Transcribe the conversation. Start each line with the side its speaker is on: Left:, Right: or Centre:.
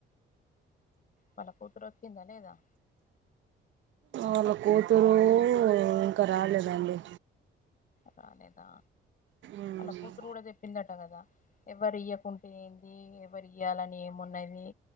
Left: వళ్ళ కూతురు వచ్చిందా లేదా.
Right: వాళ్ళ కూతురు ఇంకా రాలాలేదండి.
Left: రాలేదా.
Right: ఉమ్.
Left: వళ్ళ కూతురు కూడా చెప్పిందట కదా ఎవ్వరు ఇయ్యకుంటే ఏంది. ఎవరి ఇయ్యాలని ఏమున్నది